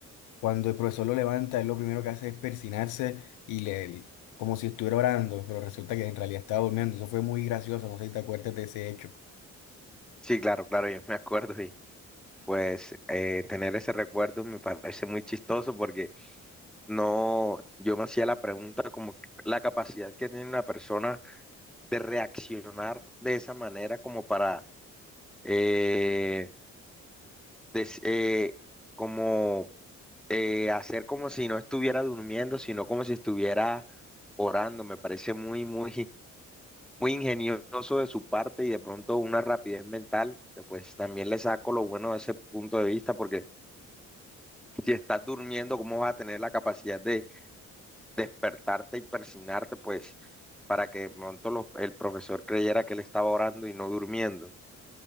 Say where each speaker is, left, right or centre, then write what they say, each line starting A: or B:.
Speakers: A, on the left (about 80°); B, in the centre.
A: Cuando el profesor lo levanta, él lo primero que hace es persinarse y le, como si estuviera orando, pero resulta que en realidad estaba durmiendo. Eso fue muy gracioso, no sé si te acuerdas de ese hecho.
B: Sí, claro, claro, yo me acuerdo y pues eh, tener ese recuerdo me parece muy chistoso porque no, yo me hacía la pregunta como que la capacidad que tiene una persona de reaccionar de esa manera como para eh, des- eh, como eh, hacer como si no estuviera durmiendo, sino como si estuviera orando. Me parece muy, muy, muy ingenioso de su parte y de pronto una rapidez mental, eh, pues también le saco lo bueno de ese punto de vista, porque si estás durmiendo, ¿cómo vas a tener la capacidad de despertarte y persignarte, pues, para que de pronto los- el profesor creyera que él estaba orando y no durmiendo?